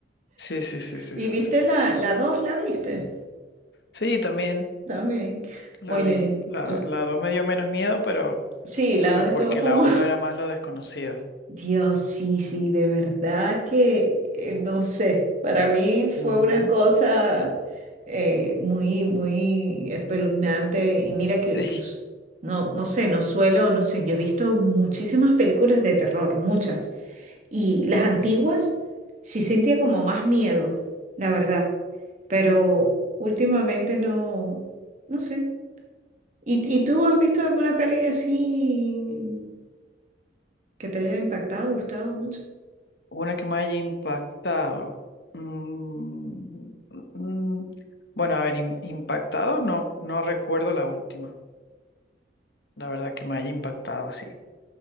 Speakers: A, on the left; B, on the right.
A: Sí, sí, sí, sí,
B: ¿Y
A: sí,
B: viste
A: sí.
B: la, la dos, la viste?
A: Sí, también
B: También.
A: la
B: Oye,
A: vi. La,
B: la-
A: la dos me dio menos miedo, pero,
B: sí, la
A: pero
B: dos estuvo
A: porque
B: como
A: la uno era más lo desconocido.
B: Dios, sí, sí, de verdad que, eh, no sé, para mí fue
A: Ujú.
B: una cosa eh, muy, muy espeluznante y mira que,
A: Sí.
B: que s- no, no sé, no suelo, no sé, yo he visto muchísimas películas de terror, muchas, y las antiguas sí sentía como más miedo, la verdad, pero últimamente no, no sé. ¿Y, y tú has visto alguna peli así que te haya impactado, gustado mucho?
A: Una que me haya impactado. Mm, mm, mm. bueno, a ver, im- impactado no, no recuerdo la última. La verdad que me haya impactado así.